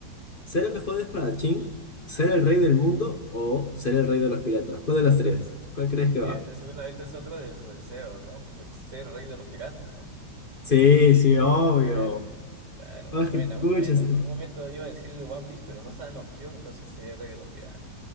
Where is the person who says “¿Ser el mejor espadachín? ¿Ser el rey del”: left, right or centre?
Left